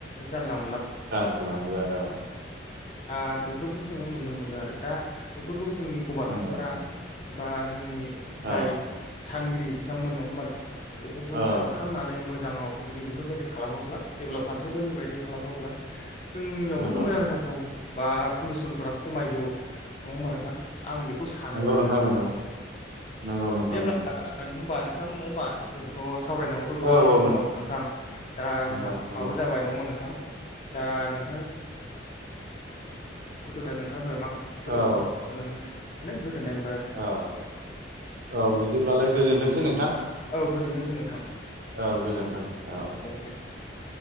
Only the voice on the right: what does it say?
<inaudible>
नंगौ नोंथां
औ
औ
नंगौ
नंगौ
नंगौ नंगौ नोंथां
नंगौ
औ औ
नंगौ नंगौ
औ
औ औ बिदिब्लालाय गोजोनथोंसै नोंथां
औ गोजोन्थों औ